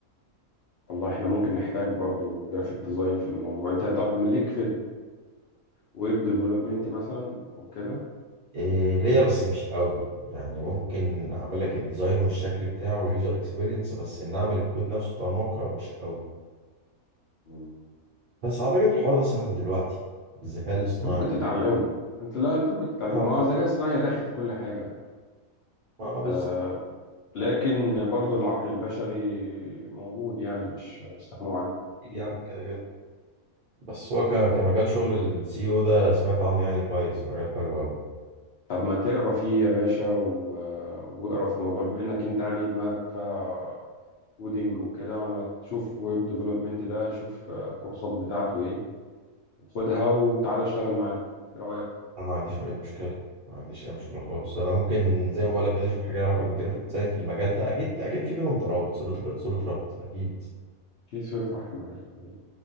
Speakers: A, on the left (about 65°); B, on the right (about 60°).
A: والله احنا ممكن نحتاج برضو جرافيك ديزاين في الموضوع انت طب ليك في ويب ديفلوبمنت مثلا او كده
B: إيه ليا بس مش قوي يعني ممكن اعمل لك الديزاين والشكل بتاعه واليوزر اكسبيرينس بس ان اعمل الكود نفسه بتاع الموقع مش قوي
A: مم.
B: بس اعتقد الحوار ده سهل دلوقتي بالذكاء الاصطناعي
A: انت ممكن تتعلمه انت لا انت ممكن تتعلمه
B: تعرف-
A: ما هو الذكاء الصناعي داخل في كل حاجه
B: اه بالظبط
A: آه لكن برضو العقل البشري موجود يعني مش هيستغنوا عنه
B: اكيد
A: أكيد
B: يا عم كده كده بس هو ك... كمجال شغل السي او ده سمعت عنه يعني كويس مجال حلو قوي
A: طب ما تقرا فيه يا باشا و... واقرا في موضوع بما انك انت يعني دماغك فيها كودينج وكده ما تشوف ويب ديفلوبمنت ده شوف الكورسات بتاعته ايه وخدها وتعالى اشتغل معانا ايه رايك
B: انا ما عنديش اي مشكله ما عنديش اي مشكله خالص انا ممكن زي ما بقولك كده اشوف حاجه لها علاقه بالجرافيك ديزاين في المجال ده اكيد اكيد في بينهم ترابط صله ر- صله ربط اكيد
A: كيس رحمه يا حبيبي.